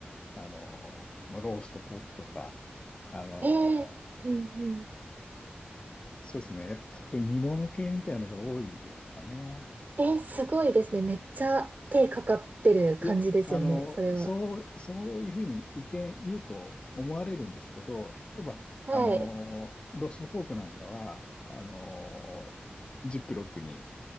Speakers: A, on the left; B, on the right.
A: あの、まあ、ローストポークとか、あの、
B: ええうんうん。
A: そうですね。やっぱ、煮物系みたいなのが多いですかね。
B: えー、すごいですね。めっちゃ手かかってる感じですよね、
A: いや、あの、
B: それは。
A: そう、そういうふうに意見言うと思われるんですけど、例えば、
B: はい。
A: あの、ローストポークなんかは、あの、ジップロックに、